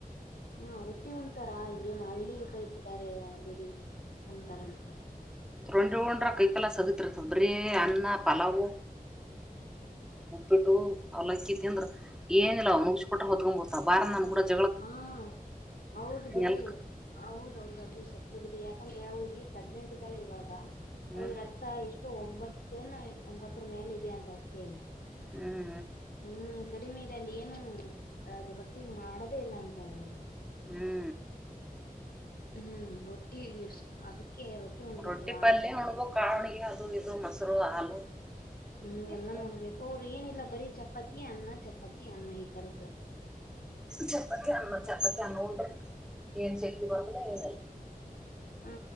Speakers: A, on the left; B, in the centre.
A: ಹಾ ರೊಟ್ಟಿ ಒಂತಾರಾ ಇವ್ರೇನ್ ಹಳ್ಳಿ ಟೈಪ್ ಇದ್ದಾರೆ ಅಂಗಡಿ ಅಂತಾರಂತೆ
B: ರೊಟ್ಟಿ ಉಂಡ್ರೆ ಕೈಗಾಲ ಶಕ್ತಿ ಇರುತ್ತೆ ಬರೀ ಅನ್ನ ಪಲಾವು ಉಪ್ಪಿಟ್ಟು ಅಮಕ್ಕಿ ತಿಂದ್ರೆ ಏನಿಲ್ಲ ಅವು <unintelligible> ಕೊಟ್ರ ಹೊತ್ಕೊಂಡ್ ಬರ್ತ
A: ಹ್ಮ ಹೌದು ಬಿಡಿ
B: ಎಲ್ಕ್
A: ಹೌದೌದ ಅದು ಸತ್ಯ ಬಿಡಿ ಯಾಕಂದ್ರೆ ಅ ಹುಡುಗಿ ಪ್ರೆಗ್ನೆಂಟ್ ಇದಿದ್ದಾಳೆ ಇವಾಗ
B: ಹ್ಞೂ
A: ಅವಳಿಗೆ ರಕ್ತ ಇಷ್ಟು ಒಂಬತ್ತು ಒಂಬತ್ತರ್ ಮೇಲೆ ಇತ್ ಅಷ್ಟೇ
B: ಹ್ಞೂ
A: ಹ್ಮ್ ಕಡಿಮೆ ಇದೆ ಅಲ್ಲಿ ಏನು ರ ರೊಟ್ಟಿ ಮಾಡದೇ ಇಲ್ಲ ಅಂತ ಅವರು
B: ಹ್ಞೂ
A: ಹ್ಮ್ ರೊಟ್ಟಿ ಅದಿಕ್ಕೆ ರೊಟ್ಟಿ ಉಣ್ಬೇಕವಾ
B: ಹ್ಞೂ ಪಲ್ಯ ಉಣ್ಬೇಕು ಕಾಳಿಗೆ ಅದು ಇದು ಮೊಸರು ಹಾಲು
A: ಹ್ಮ್
B: ಉಣ್ಬೇಕು
A: ಎಲ್ಲ ಉಣಬೇಕು ಅವರು ಏನಿಲ್ಲ ಬರೀ ಚಪಾತಿ ಅನ್ನ ಚಪಾತಿ ಅನ್ನ ಈ ತರದು
B: ಚಪ್ಪತಿ ಅನ್ನ ಚಪ್ಪತಿ ಅನ್ನ ಉಂಟರು ಏನು ಶಕ್ತಿ ಬರೋದಿಲ್ಲ ಏನಲ್ಲ
A: ಹಾ